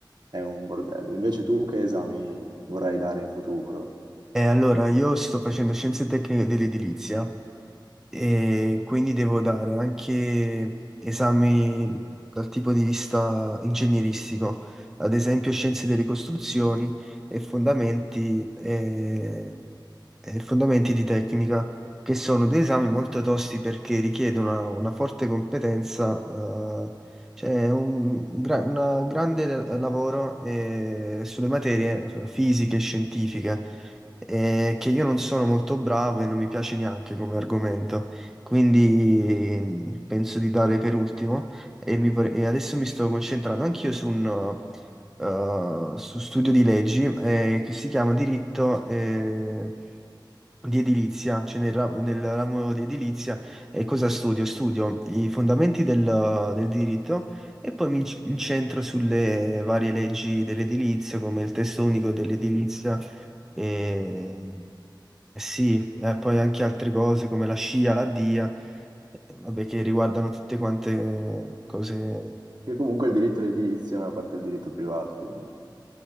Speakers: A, on the right; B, in the centre.
A: è un bordello. Invece tu che esami vorrai dare in futuro?
B: Eh, allora, io sto facendo scienze tecniche dell'edilizia e quindi devo dare anche esami dal tipo di vista ingegneristico, ad esempio scienze delle costruzioni e fondamenti, eh, e fondamenti di tecnica, che sono due esami molto tosti perché richiedono una, una forte competenza, eh, cioè un, un gra- una- un grande lavoro, eh, sulle materie eh, fisiche e scientifiche eh, che io non sono molto bravo e non mi piace neanche come argomento, quindi mm, penso di dare per ultimo e, mi vorrei- e adesso mi sto concentrando anch'io su un eh, su studio di leggi eh, che si chiama Diritto, eh, di edilizia, cioè nel, ra- nel ramo di edilizia, e cosa studio? Studio i fondamenti del, del diritto e poi mi inc- incentro sulle varie leggi dell'edilizia, come il testo unico dell'edilizia, e e sì, e poi anche altre cose come la SCIA, la DIA, eh, vabbè, che riguardano tutte quante eh, cose.
A: Che comunque il diritto all'edilizia è una parte del diritto privato, quindi